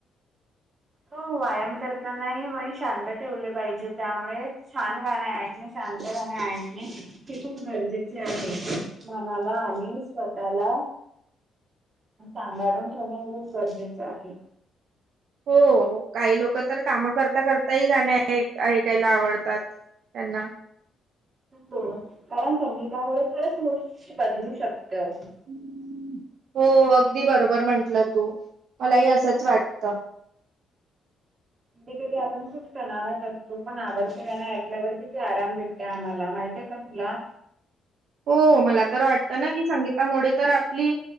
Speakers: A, on the right; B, on the right.
A: हो व्यायाम करताना मण शांत ठेवले पाहिजे त्यामुळे छान गाणे ऐकणे, शांत गाणे ऐकणे हे खूप गरजेचे आहे. मनाला आणि स्वतःला सांभाळून ठेवणं हेच गरजेचं आहे
B: हो काही लोक तर काम करता करताही गाणे ऐकायला आवडतात त्यांना
A: ब कारण संगीतामुळे खरच सुर बदलू शकत
B: हुं हो अगदी बरोबर म्हंटलं तू मलाही असंच वाटत
A: कधी कधी आपण खूप तणावात असतो पण आवडत गाण ऐकल्यावर किती आराम भेटत ते आम्हाला माहितीये आहे का तुला
B: <inaudible> हो मला तर वाटत ना की संगीतामुळे तर आपली